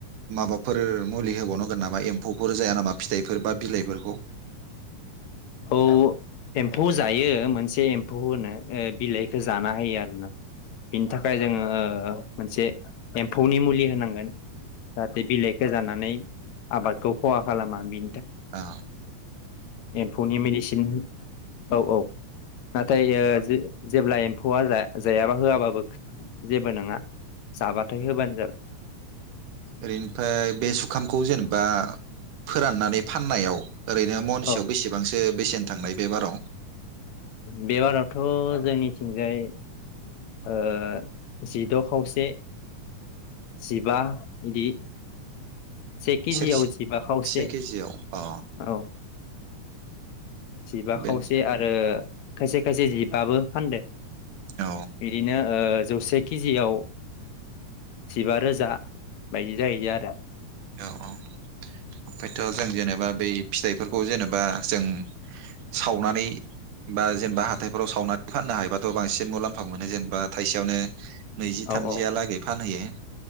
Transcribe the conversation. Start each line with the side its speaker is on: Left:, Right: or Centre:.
Right: माबाफोर मुलि होबावनांगोन नामा? एम्फौफोर जाया नामा? फिथाइफोर बा बिलाइफोरखौ
Left: औ एम्फौ जायो मोन से एम्फौ होनो ओ बिलाइखो जाना होयो आरो ना बिनि थाखाय जोङो मोनसे एम्फौनि मुलि होनांगोन । जाहाथे बिलाइखौ जानानै आबादखौ खहा खालामा बि
Right: अ
Left: एम्फौनि मेडिसिन औ औ नाथाय ओ जे-जेब्ला एम्फौआ जाया जायाबा होआबाबो जेबो नोङा। जाबाथाय होबानो जाबाय।
Right: ओरैनिफ्राय बे जुखामखौ जेनेबा फोराननानै फाननायाव ओरैनो मनसेआव
Left: औ
Right: बेसेबांसो सो बेसेन थांनाय बे बाराव
Left: बे बारावथ' जोंनिथिंजाय ओ जिद' खावसे जिबा बिदि से केजियाव
Right: सेरसे
Left: जिबा खावसे
Right: से केजियाव अ
Left: औ जिबा
Right: बे
Left: खावसे आरो खायसे खायसे जिबाबो फानदो।
Right: औ
Left: बिदिनो ओ जौसे केजियाव जिबा रोजा बायदि जाहैयो आरो।
Right: औ औ ओमफ्रायथ' जों जेनेबा बै फिथाइफोरखौ जेनेबा जों सावनानै बा जेनेबा हाथाइफोराव सावनानै फाननो हायोबाथ' बांसिन मुलाम्फा मोनो जेनेबा थाइसेयावनो नैजि
Left: औ
Right: थामजिया
Left: औ
Right: लागै फानहैयो। <inaudible>